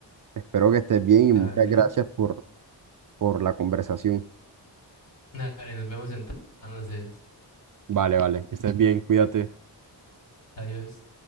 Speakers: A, on the right; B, on the left.
A: Espero que estés bien
B: Dale,
A: y muchas gracias por, por la conversación.
B: dale, nos vemos entonces.
A: Vale, vale, que estés bien, cuídate.
B: Adiós.